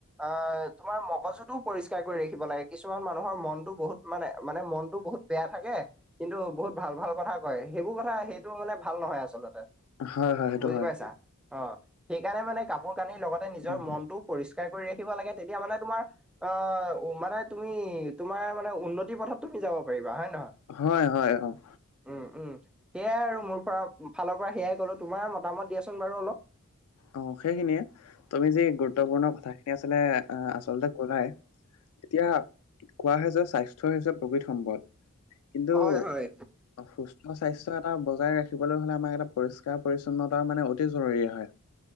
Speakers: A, in the centre; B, on the left.
A: অ', তোমাৰ মগজুটোও পৰিষ্কাৰ কৰি ৰাখিব লাগে, কিছুমান মানুহৰ মনটো বহুত মানে, মানে মনটো বহুত বেয়া থাকে কিন্তু বহুত ভাল ভাল কথা কয়, সেইবোৰ কথা সেইটো মানে ভাল নহয় আচলতে।
B: হয়, হয়। সেইটো
A: বুজি
B: হয়।
A: পাইছা অ', সেইকাৰণে মানে কাপোৰ কানিৰ লগতে নিজৰ
B: উম,
A: মনটো পৰিষ্কাৰ কৰি ৰাখিব লাগে তেতিয়া মানে তোমাৰ অ', মানে তুমি তোমাৰ মানে উন্নতি পথত তুমি যাব পাৰিবা হয় নহয়
B: হয়, হয়, অ'।
A: উ, উ সেয়া আৰু মোৰ পৰা ফালত পৰা সেয়াই কলো তোমাৰ মতামত দিয়াচোন বাৰু অলপ।
B: অ', সেইখিনিয়ে তুমি যি গুৰুত্বপূৰ্ণ কথাখিনি আচলে আচলতে ক'লাই এতিয়া কোৱা হয় যে স্বাস্থ্য হৈছে প্ৰকৃত সম্পদ। কিন্তু
A: হয় হয়
B: অ', সুস্থ স্বাস্থ্য এটা বজাই ৰাখিবলৈ হ'লে আমাক এটা পৰিষ্কাৰ পৰিচ্ছন্নতা মানে অতি জৰুৰী হয়।